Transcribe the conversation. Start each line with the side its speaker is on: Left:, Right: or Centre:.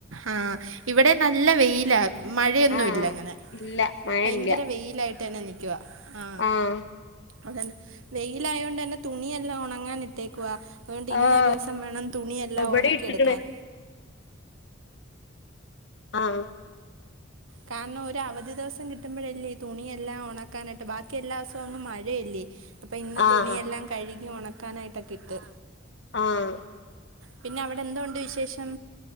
Right: ആ ഇവിടെ നല്ല വെയിലാ മഴയൊന്നുമില്ലങ്ങനെ
Left: ആഹ് ഇല്ല മഴ
Right: ഭയങ്കര
Left: ഇല്ല
Right: വെയിലായിട്ടെന്നെ നിക്കുവാ. ആ
Left: ആഹ്
Right: അതന്നെ വെയിലായോണ്ടെന്നേ തുണിയെല്ലാം ഉണങ്ങാൻ ഇട്ടേക്കുവാ. അതുകൊണ്ട് ഇന്നൊരു
Left: ആഹ്
Right: ദിവസം വേണം തുണിയെല്ലാം
Left: ഇവിടെ
Right: ഉണക്കിയെടു
Left: ഇട്ട്ക്ക്ണ്
Right: ക്കാൻ.
Left: ആഹ്
Right: കാരണം ഒരു അവധി ദിവസം കിട്ടുമ്പഴല്ലേ തുണിയെല്ലാം ഉണക്കാനായിട്ട്, ബാക്കി എല്ലാ ദിവസവും അങ്ങ് മഴയല്ലേ. അപ്പൊ ഇന്ന്
Left: ആഹ്
Right: തുണിയെല്ലാം കഴുകി ഉണക്കാനായിട്ടൊകിട്ട്.
Left: ആഹ്
Right: പിന്നെ അവിടെ എന്തോ ഉണ്ട് വിശേഷം.